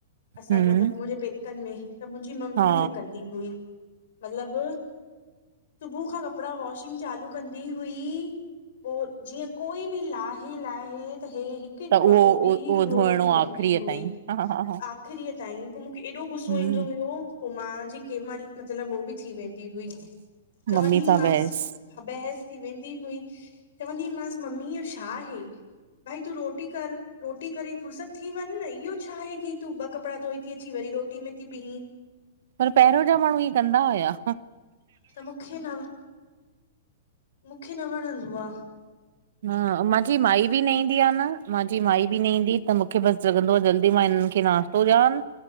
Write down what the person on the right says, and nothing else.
हम्म
हा
त उहो
उहो
धोइणो आ
आख़िरीअ
ताईं हा हा हा
हम्म
मम्मी सां बहस
पर पहिरियों जा माण्हू ईअं कंदा हुया।
हा मांजी माई बि न ईंदी आ न मांजी माई बि न ईंदी त मूंखे बसि लॻंदो आहे जल्दी मां हिननि खे नाश्तो ॾियान